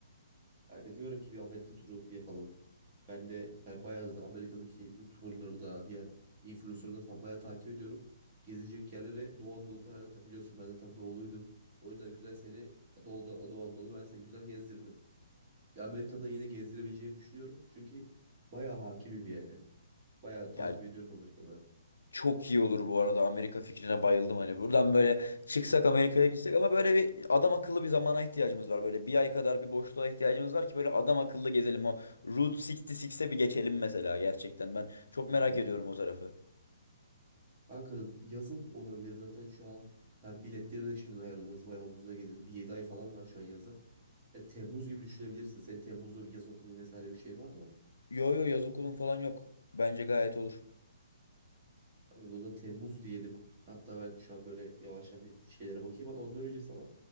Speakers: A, on the right (about 35°); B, on the left (about 80°).
A: Kanka diyorum ki bir Amerika turu yapalım. Ben de ben bayağı da Amerika'daki YouTuber'ları da diğer influencer'ları da falan bayağı takip ediyorum. Gezecek yerlere Doğu Anadolu kadar zaten biliyorsun ben zaten doğuluydum. O yüzden güzel seni Doğu'da Doğu Anadolu ben seni güzel gezdirdim. Ya Amerika'da yine gezdirebileceğimi düşünüyorum. Çünkü bayağı hakimim yani. Bayağı takip
B: Ya
A: ediyorum Amerika'da.
B: Çok iyi olur bu arada Amerika fikrine bayıldım hani buradan böyle çıksak Amerika'ya gitsek ama böyle bir adam akıllı bir zamana ihtiyacımız var böyle bir ay kadar bir boşluğa ihtiyacımız var ki böyle adam akıllı gezelim o Route 66'e bir geçelim mesela gerçekten ben çok
A: Aynen.
B: merak ediyorum o tarafı.
A: Kanka yazın olabilir zaten şu an. Sen biletleri de şimdi ayarlarız. Bayağı ucuza gelir. Bir 7 ay falan var şu an yaza. Ya Temmuz gibi düşünebilirsin. Senin Temmuz'da bir yaz okulu vesaire bir şey var mı?
B: Yo yo yaz okulun falan yok bence gayet olur.
A: Abi o zaman Temmuz diyelim. Hatta ben şu an böyle yavaş yavaş şeylere bakayım ama ondan önce sana